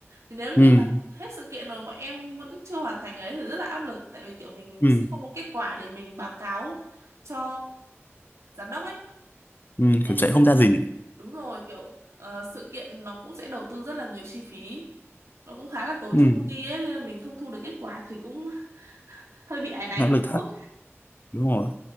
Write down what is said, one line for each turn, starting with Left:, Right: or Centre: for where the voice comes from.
Right: thì nếu như
Left: ừ
Right: mà hết sự kiện rồi mà em vẫn chưa hoàn thành cái đấy thì rất là áp lực tại vì kiểu mình
Left: ừ
Right: sẽ không có kết quả để mình báo cáo cho giám đốc ấy
Left: ừ
Right: tại
Left: kiểu
Right: vì
Left: chạy
Right: là
Left: không ra
Right: kiểu
Left: gì
Right: đúng rồi kiểu ờ, sự kiện nó cũng sẽ đầu tư rất là nhiều chi phí nó cũng khá là tốn
Left: ừ
Right: cho công ty ấy nên là mình không thu được kết quả thì cũng hơi bị áy náy
Left: áp
Right: một
Left: lực thật
Right: chút
Left: đúng rồi